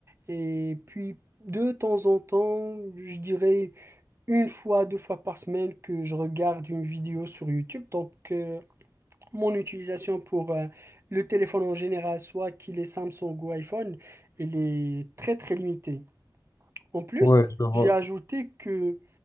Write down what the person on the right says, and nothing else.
Et puis, de temps en temps, je dirais une fois, deux fois par semaine que je regarde une vidéo sur YouTube. Donc, euh, mon utilisation pour euh, le téléphone en général, soit qu'il est Samsung ou iPhone, il est très très limité. En plus,
j'ai ajouté que